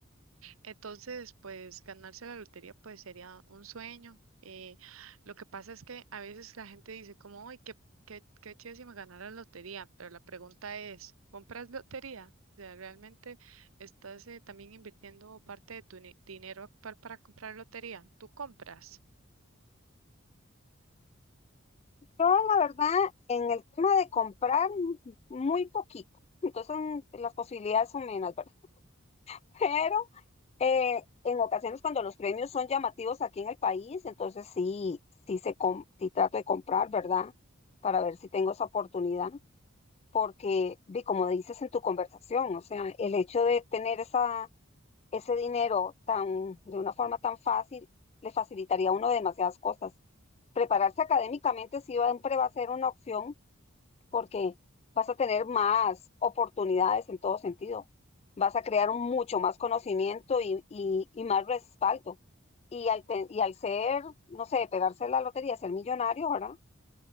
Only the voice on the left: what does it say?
Yo, la verdad, en el tema de comprar, muy poquito. Entonces, mm, las posibilidades son menos, ¿verdad? <laughs> Pero eh, en ocasiones cuando los premios son llamativos aquí en el país, entonces sí, sí, se com- sí trato de comprar, ¿verdad? Para ver si tengo esa oportunidad. Porque, vi, como dices en tu conversación, o sea, el hecho de tener esa, ese dinero tan, de una forma tan fácil, le facilitaría a uno demasiadas cosas. Prepararse académicamente sí siempre va a ser una opción porque vas a tener más oportunidades en todo sentido. Vas a crear un mucho más conocimiento y, y- y más respaldo. Y al, te- y al ser, no sé, pegarse la lotería, ser millonario, ¿verdad?